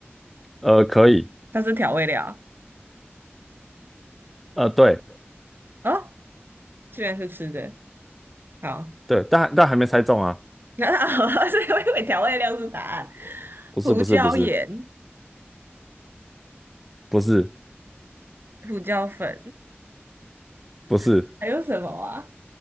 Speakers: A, in the centre; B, on the right.
A: 呃，可以，
B: 它是调味料
A: 呃，对
B: 哦，居然是吃的，好，
A: 对，但但还没猜中啊，
B: <laughs> 那所以我以为调味料是答案，
A: 不是不是不是
B: 胡椒盐、
A: 不是
B: 胡椒粉，
A: 不是，
B: <laughs> 还有什么啊？